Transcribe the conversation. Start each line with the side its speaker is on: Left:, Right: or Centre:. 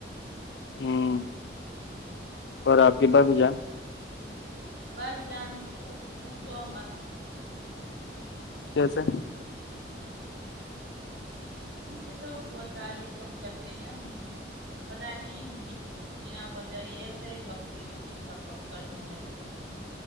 Left: ہوں
Right: ہوں
Left: اور آ پبا بھی جا
Right: ب بھی جان تو ت چ مت
Left: کیسے
Right: ان سے تو بول چال ہی کم کرتے ہیں پت نہیں بنا وجہ یہسے ہی بگتی رہتی ہے بگ بک کرنے لگتی ہے